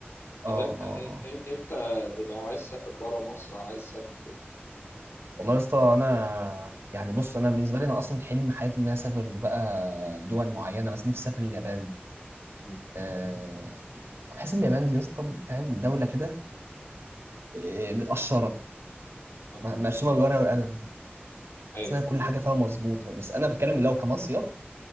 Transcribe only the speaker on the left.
طب اه انت
اه
ان- انت لو عايز تسافر بره مصر عايز تسافر فين؟
مم.
اه
ايوه